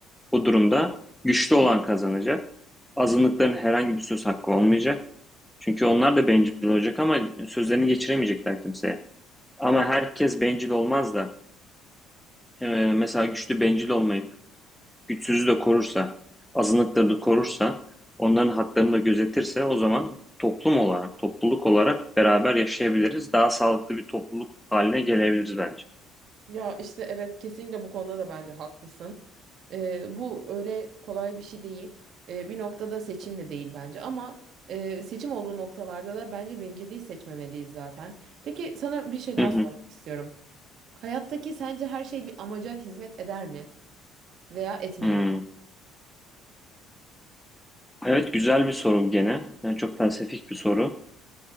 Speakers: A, in the centre; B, on the right.
A: Bu durumda güçlü olan kazanacak. Azınlıkların herhangi bir söz hakkı olmayacak. Çünkü onlar da bencil olacak ama sözlerini geçiremeyecekler kimseye. Ama herkes bencil olmaz da e, mesela güçlü bencil olmayıp güçsüzü de korursa, azınlıkları da korursa, onların haklarını da gözetirse o zaman toplum olarak, topluluk olarak beraber yaşayabiliriz. Daha sağlıklı bir topluluk haline gelebiliriz bence.
B: Ya işte evet kesinlikle bu konuda da bence haklısın. Ee, bu öyle kolay bir şey değil. Ee, bir noktada seçim de değil bence ama e, seçim olduğu noktalarda da bence bencilliği seçmemeliyiz zaten. Peki sana bir şey daha
A: Hı hı.
B: sormak istiyorum. Hayattaki sence her şey bir amaca hizmet eder mi veya etmeli
A: Hmm.
B: mi?
A: Evet güzel bir soru gene. Yani çok felsefik bir soru.